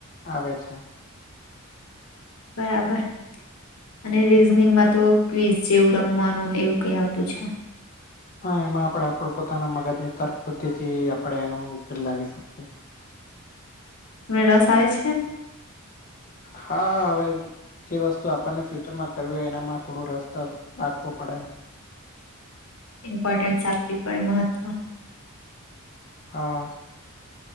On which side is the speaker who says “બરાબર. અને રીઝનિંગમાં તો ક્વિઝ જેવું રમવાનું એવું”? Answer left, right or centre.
Left